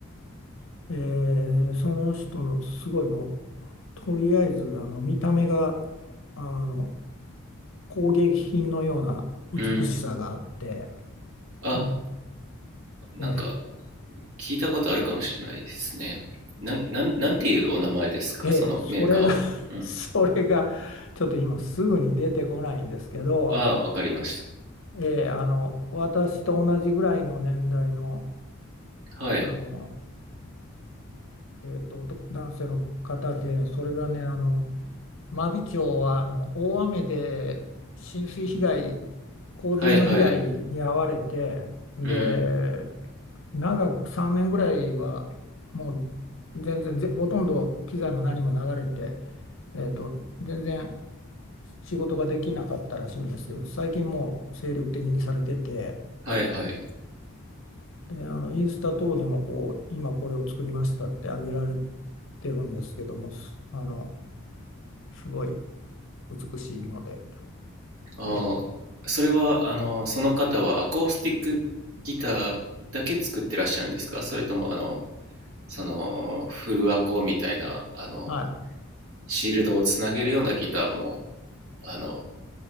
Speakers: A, on the left; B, on the right.
A: えーその人のすごいもう、とりあえずあの見た目があの工芸品のような美しさがあって、
B: うん。あ、
A: も
B: なんか
A: う、え
B: 聞いたことあるかもしれないですね。なん、なん、なんていうお名前ですかそのメーカーは。
A: えええそれが <laughs>
B: うん。
A: それがちょっと今すぐに出てこないんですけど、
B: ああ、わかりまし
A: ええあの私と同じぐらいの年代の、
B: た。はい。
A: あの、えーと、男男性の方で、それがね、あの真備町はあの大雨で浸水被害、洪水の被害に遭われて、
B: はいはい。
A: で、
B: うん。
A: 長く3年ぐらいはもう全然ぜほとんど機材も何も流れて、えーと、全然仕事ができなかったらしいんですけど、最近もう精力的にされてて、
B: はいはい。
A: で、あのインスタ等でもこう、今これを作りましたってあげられてるんですけども、あの、すごい美しいので。
B: ああ、
A: えー
B: それは、あの、その方はアコースティックギターだけ作ってらっしゃるんですかそれとも、あの、その、フルアコみたいな、あの、
A: は
B: シールドをつなげるようなギターも、あの、